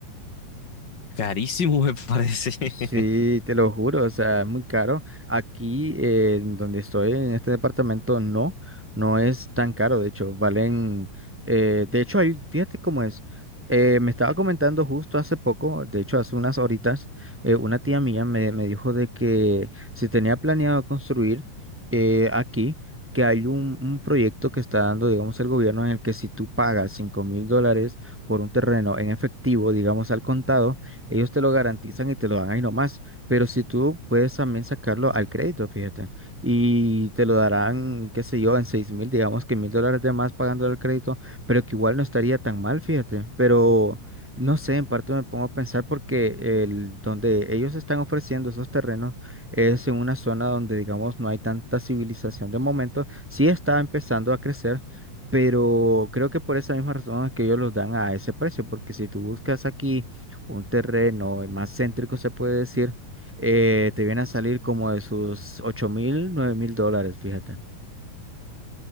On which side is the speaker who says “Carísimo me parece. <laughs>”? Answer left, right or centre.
Left